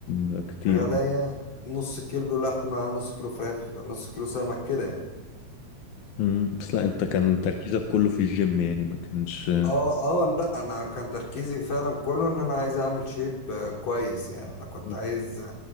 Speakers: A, on the left (about 70°); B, on the left (about 50°).
A: ده كتير
B: غدايا نص كيلو لحمة نص كيلو فراخ نص كيلو سمك كده يعني
A: مم. بس لا انت كان تركيزك كله في الجيم يعني ما كانش
B: اه اه لا انا كان تركيزي فعلا كله ان انا عايز اعمل شيب آه، كويس يعني انا كنت
A: مم.
B: عايز